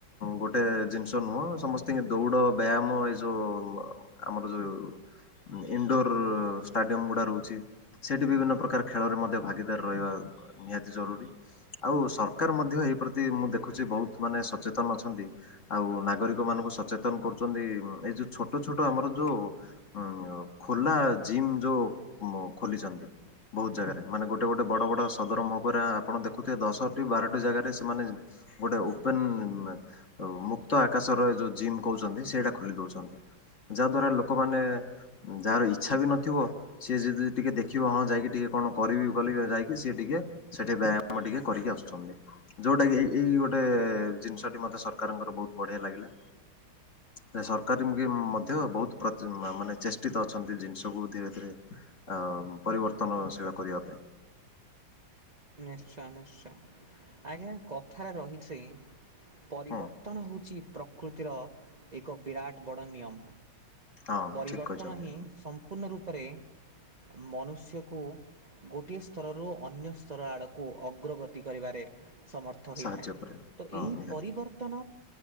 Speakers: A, on the left; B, on the right.
A: ଗୋଟେ ଜିନିଷ ନୁହଁ ସମସ୍ତିଙ୍କି ଦୌଡ଼ ବ୍ୟାୟାମ୍ ଏ ଯୋଉ ଆମର ଯୋଉ ଇଣ୍ଡୋର ଷ୍ଟାଡିୟମଗୁଡା ରହୁଚି ସେଠି ବିଭିନ୍ନ ପ୍ର ପ୍ରକାର ଖେଳରେ ମଧ୍ୟ ଭାଗିଦାର ରହିବା ନିହାତି ଜରୁରୀ। ଆଉ ସରକାର ମଧ୍ୟ ଏଇ ପ୍ରତି ମୁଁ ଦେଖୁଚି ବୋହୁତ ମାନେ ସଚେତନ ଅଛନ୍ତି। ଆଉ ନାଗରିକ ମାନଙ୍କୁ ସଚେତନ କରୁଚନ୍ତି ଏଇ ଯୋଉ ଛୋଟ ଛୋଟ ଆମର ଯୋଉ ହୁଁ ଆଉ ଖୋଲା ଜିମ୍ ଯୋଉ ମ ଖୋଲିଚନ୍ତି। ବୋହୁତ ଜାଗାରେ ମାନେ ଗୋଟେ ଗୋଟେ ବଡ଼ ବଡ ସଦର ମହକରା ଆପଣ ଦେଖୁଥିବେ ଦଶଟି ବାରଟି ଜାଗାରେ ସେମାନେ ଗୋଟେ ଓପେନ ମୁକ୍ତ ଆକାଶର ଏଇ ଯୋଉ ଜିମ୍ କୋହୁଚନ୍ତି ସେଇଟା ଖୋଲି ଦୋଉଚନ୍ତି। ଯାହା ଦ୍ୱାରା ଲୋକମାନେ ଯାହାର ଇଚ୍ଛା ବି ନଥିବ ସିଏ ଯଦି ଟିକେ ଦେଖିବ ହଁ ଯାଇକି ଟିକେ କଣ କରିବି ବୋଲି ଯାଇକି ସିଏ ଟିକେ ସେଠି ବ୍ୟାମ ଟିକେ କରିକି ଆସୁଚନ୍ତି। ଯୋଉଟା କି ଏଇ ଗୋଟେ ଜିନିଷଟି ମତେ ସରକାରଙ୍କର ବୋହୁତ ବଢିଆ ଲାଗିଲା। ନାଇଁ ସରକାର ବି ମଧ୍ୟ ବୋହୁତ ପ୍ରତି ମାନେ ଚେଷ୍ଟିତ ଅଛନ୍ତି ଜିନିଷକୁ ଧୀରେ ଧୀରେ ଆଉ ପରିବର୍ତ୍ତନଶୀଳ କରିବା ପାଇଁ।
B: ନିଶ୍ଚୟ ନିଶ୍ଚୟ। ଆଜ୍ଞା କଥାରେ ରହିଛି ପରିବର୍ତ୍ତନ
A: ହଁ
B: ହୋଉଚି ପ୍ରକୃତିର ଏକ ବିରାଟ ବଡ଼ ନିୟମ
A: ହଁ
B: ପରିବର୍ତ୍ତନ
A: ଠିକ କହିଛନ୍ତି
B: ହିଁ ସମ୍ ମ୍ପୂର୍ଣ୍ଣ ରୂପରେ ମନୁଷ୍ୟକୁ ଗୋଟିଏ ସ୍ତରରୁ ଅନ୍ୟ ସ ସ୍ତର ଆଡ଼କୁ ଅଗ୍ରଗତି କରିବାରେ ସମର୍ଥ ହେଇଥାଏ
A: ସାହାଯ୍ୟ କରେ।
B: ତ
A: ହଁ
B: ଏହି
A: ନିହାତି
B: ପରିବର୍ତ୍ତନ